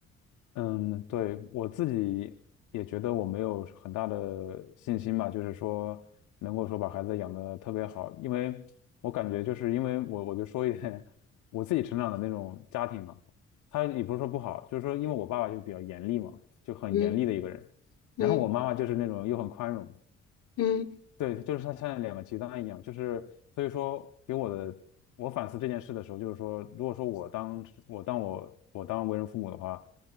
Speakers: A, on the left (about 80°); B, on the left (about 55°).
A: 嗯，对，我自己也觉得我没有很大的信心吧，就是说能够说把孩子养得特别好，因为我感觉就是因为我我就说一点 <laughs> 我自己成长的那种家庭嘛，他也不是说不好，就是说因为我爸爸就是比较严厉嘛，就很严厉的一个人，
B: 嗯嗯
A: 然后我妈妈就是那种又很宽容。
B: 嗯，
A: 对，就是它像两个极端一样，就是所以说给我的我反思这件事的时候，就是说，如果说我当我当我我当为人父母的话，